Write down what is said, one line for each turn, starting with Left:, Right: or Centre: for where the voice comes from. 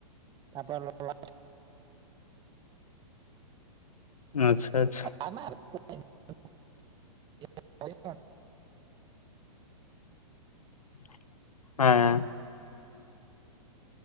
Right: ᱛᱟᱯᱚᱨ ᱞᱚ <unintelligible>
Left: ᱟᱪᱪᱷᱟ, ᱟᱪᱪᱷᱟ
Right: <unintelligible>
Left: <inaudible> ᱦᱮᱸ